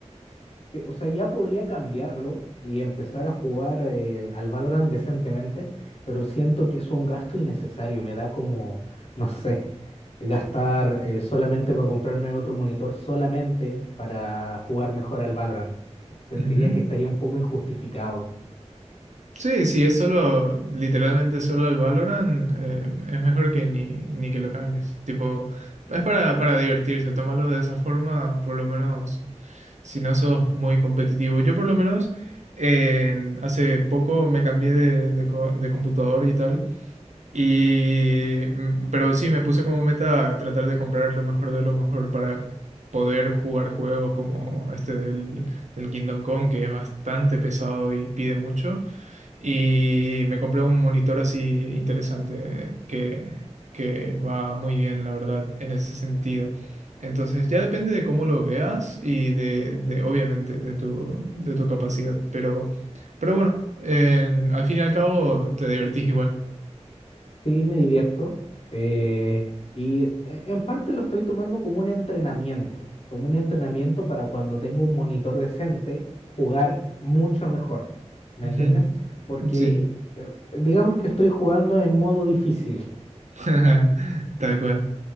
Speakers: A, on the left; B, on the right.
A: Sí, O sea, ya podría cambiarlo y empezar a jugar eh, al Valorant decentemente, pero siento que es un gasto innecesario. Me da como, no sé, gastar eh, solamente para comprarme otro monitor, solamente para jugar mejor al Valorant. Sentiría
B: Ujú.
A: que estaría un poco injustificado.
B: Sí, sí, es solo, literalmente solo el Valorant, eh, es mejor que ni, ni que lo cambies. Tipo, es para, para divertirse, tómalo de esa forma, por lo menos si no sos muy competitivo. Yo por lo menos eh, hace poco me cambié de, de co- de computador y tal, y, mm, pero sí, me puse como meta tratar de comprar lo mejor de lo mejor para poder jugar juegos como este del, del Kingdom Come, que es bastante pesado y pide mucho. Y me compré un monitor así interesante que, que va muy bien, la verdad, en ese sentido. Entonces ya depende de cómo lo veas y de, de, obviamente de tu, de tu capacidad. Pero, pero bueno, en- al fin y al cabo te divertís igual.
A: Sí, me divierto. eh, y eh, en parte lo estoy tomando como un entrenamiento, como un entrenamiento para cuando tengo un monitor decente, jugar mucho mejor. ¿Me
B: Ujú.
A: entiendes? Porque
B: Sí,
A: eh, digamos que estoy jugando en modo difícil. <laughs>
B: <laughs> tal cual.